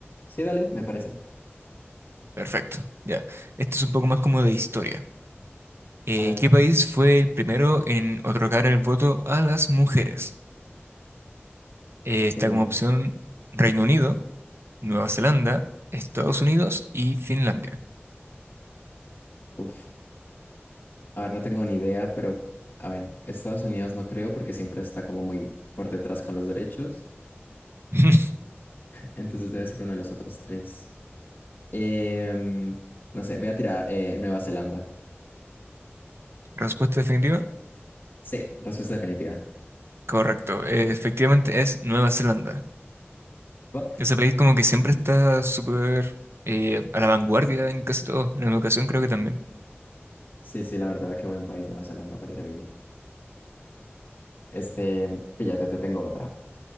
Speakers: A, on the left; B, on the right.
A: Sí, dale, me parece.
B: Perfecto, ya. Esto es un poco más como de historia. Eh,
A: A ver,
B: ¿qué país fue el primero en otorgar el voto a las mujeres? Eh, está
A: eh,
B: como opción Reino Unido, Nueva Zelanda, Estados Unidos y Finlandia.
A: uf. A ver, no tengo ni idea, pero a ver, Estados Unidos no creo porque siempre está como muy por detrás con los derechos.
B: <laughs>
A: Entonces debe ser uno de los otros tres. Em, no sé, voy a tirar eh, Nueva Zelanda.
B: Respuesta definitiva.
A: Sí, respuesta definitiva.
B: Correcto. eh, efectivamente es Nueva Zelanda.
A: ¿Va?
B: Ese país como que siempre está súper eh, a la vanguardia en casi todo. En la educación creo que también.
A: Sí, sí, la verdad, qué buen país Nueva Zelanda para ir a vivir. Este, píllate, te tengo otra.